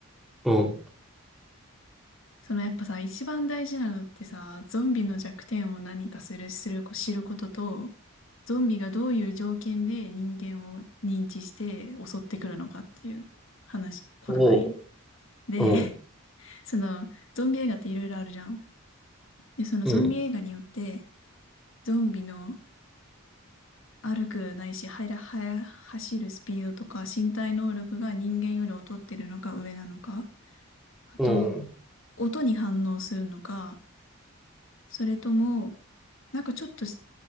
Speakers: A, in the centre; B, on the left.
A: うん、
B: そのやっぱさ、一番大事なのってさ、ゾンビの弱点を何かする、する、知ることと、ゾンビがどういう条件で人間を認知して襲ってくるのかっていう話、ことなんよ。
A: おう、
B: で、
A: うん、
B: その、ゾンビ映画っていろいろあるじゃん。で、そのゾンビ映画によって、
A: うん、
B: ゾンビの歩くないし、はや、はや、走るスピードとか、身体能力が人間より劣ってるのか上なのか、あと、
A: うん、
B: 音に反応するのか、それとも、なんかちょっとし